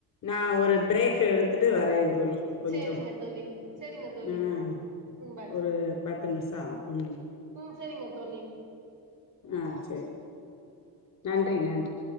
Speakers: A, on the left; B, on the right.
A: நா ஒரு பிரேக்கெடுத் துட்டு வரேன் தோழி கொஞ்சோம்
B: சேரிங்க தோழி சேரிங்க தோழி
A: அஹ்
B: ம் பாய்
A: ஒரு பத்து நிம்ஷோ ஆவு ம்
B: ம் சேரிங்க தோழி
A: அஹ் செரி நன்றி நன்றி